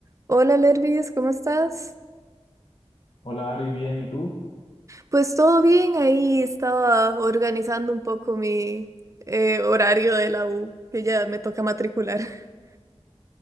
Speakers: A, on the right; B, on the left.
A: Hola Lervis, ¿cómo estás?
B: Hola Ari, bien, ¿y tú?
A: Pues todo bien, ahí estaba organizando un poco mi eh, horario de la U, que ya me toca matricular. <laughs>